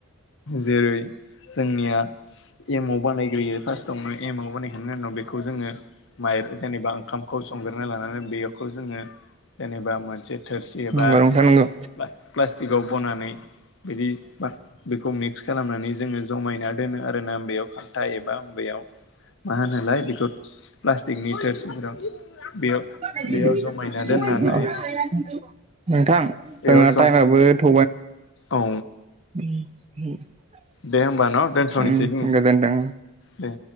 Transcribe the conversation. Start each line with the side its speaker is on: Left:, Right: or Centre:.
Left: जेरै जोंनिया एम आव बानायग्रोयो फार्स्टआवनो एम आव बानायखांनायनि उनाव बेखौ जोङो माइ जेनेबा ओंखामखौ संग्रोना लानानै बे खौ जोङो जेनेबा मोनसे थोरसि
Right: नंगौ
Left: एबा
Right: नोंथां नंगौ
Left: बा-बास टिकाव बनानै बिदि खौ मिक्स खालामनानै जोङो जमायना दोनो आरो ना आबयाव खान्था एबा बेयाव मा होनोलाय बेखौ प्लास्टिकनि थोरसिफोराव बेयाव
Right: <unintelligible> नोंथां
Left: बेयाव जमायना दोननानै बेयाव
Right: जोंना
Left: जम
Right: टाइमाबबो थ
Left: औ
Right: <inaudible>
Left: दे होमब न। दोनथ'नोसै
Right: उ
Left: दिनै
Right: गो गोन दोनदों
Left: दे